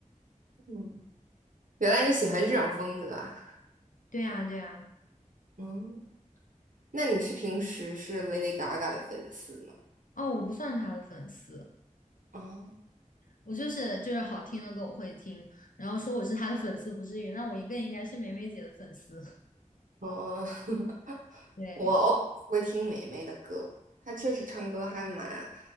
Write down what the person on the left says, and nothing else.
对啊，对啊。
哦，我不算他的粉丝，
我就是就是好听的歌我会听，然后说我是他的粉丝不至于，那我也更应该是梅梅姐的粉丝。<laughs>
对。